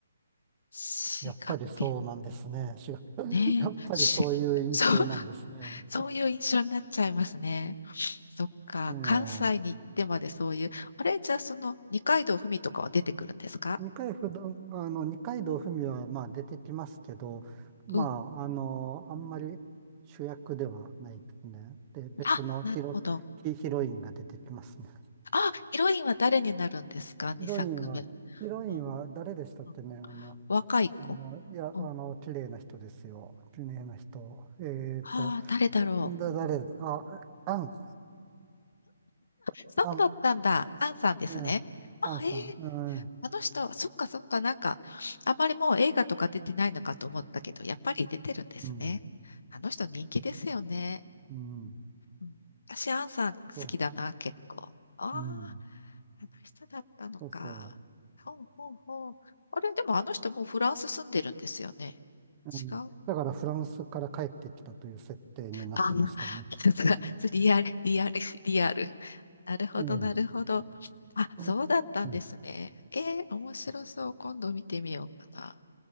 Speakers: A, on the left (about 75°); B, on the right (about 25°).
A: 滋賀県
B: え、やっぱりそうなんですね。滋賀
A: ね。
B: <laughs> やっぱりそういう印象なんですね。
A: し、そう、そういう印象になっちゃいますね。そっか。
B: ええ
A: 関西に行ってまでそういう、あれ、じゃあその二階堂ふみとかは出てくるんですか
B: 二階不動、あの、二階堂ふみはまあ出てきますけど、まあ、
A: うん。
B: あの、あんまり主役ではないですね。で、別のヒロ、
A: あ、なるほど。
B: ヒ、ヒロインが出てきますね。
A: あ、ヒロインは誰になるんですか ?2
B: ヒロインは、
A: 作目。
B: ヒロインは誰でしたってね、
A: うん、うん
B: あの、
A: 若い子。
B: あの、いや、
A: うん、
B: あの、綺麗な人ですよ。綺麗な人。えっと、
A: ああ、誰だろう。
B: だ、誰だ、あ、アン、
A: そうだったんだ。
B: アン、
A: アンさんですね。
B: ええ、
A: あ、
B: アンさん、
A: ええ
B: うん、
A: あの人は、そっかそっか、なんか、あんまりもう映画とか出てないのかと思ったけど、やっぱり出てるんですね。
B: うん、
A: あの人人気ですよね。
B: うん、
A: うん、私、アンさん好きだな、
B: そ
A: 結構。ああ、あの人だったのか。
B: う、うん、そうそう。
A: ほうほうほう。あれ、でもあの人もうフランス住んでるんですよね。
B: うん、
A: 違う
B: だからフランスから帰ってきたという設定になってましたね。
A: あ、さすが、リアル、リアル、リアル。なるほど、
B: ええ
A: なるほど。あ、そうだったんですね。
B: うんうん
A: えー、面白そう。今度見てみようかな。